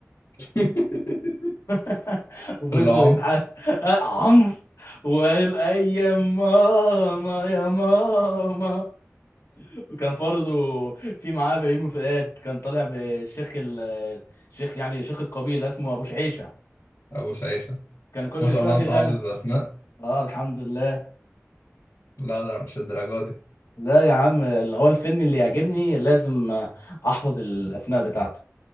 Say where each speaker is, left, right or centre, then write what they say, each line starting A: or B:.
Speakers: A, on the left; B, on the left.
A: <laughs>
B: <laughs> وفضلوا
A: اللعام
B: يتعاملوا عمرو وقال اي يا ماما يا ماما وكان برضه في معاه بيومي فؤاد كان طالع بالشيخ ال- الشيخ يعني شيخ القبيله اسمه ابو شعيشه
A: أبو شيشة
B: كان كل
A: ما شاء
B: شويه
A: الله
B: بيغني
A: أنت حافظ أسماء
B: اه الحمد لله
A: لا لا مش الدرجة دي
B: لا يا عم اللي هو الفيلم اللي يعجبني لازم احفظ الاسماء بتاعته